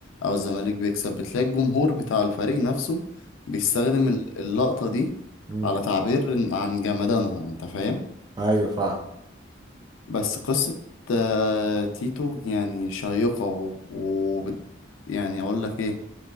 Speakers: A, on the left; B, on the right.
A: او الزمالك بيكسب بتلاقي الجمهور بتاع الفريق نفسه بيستخدم ال- اللقطة دي
B: امم
A: على تعبير عن جمدانهم انت فاهم
B: <laughs> ايوه فعلا
A: بس قصة آه، تيتو يعني شيقة و... وبت... يعني اقول لك ايه